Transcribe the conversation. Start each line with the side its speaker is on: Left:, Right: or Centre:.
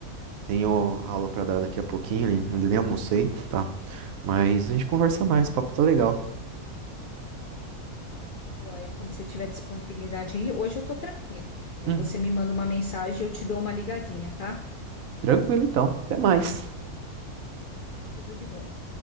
Right: Tenho aula pra dar daqui a pouquinho, Aline, ainda nem almocei, tá? Mas a gente conversa mais, o papo tá legal.
Left: Joia, quando você tiver disponibilidade aí, hoje eu tô tranquila. Aí
Right: Uhum.
Left: você me manda uma mensagem, eu te dou uma ligadinha, tá?
Right: Tranquilo, então. Até mais.
Left: Tudo de bom.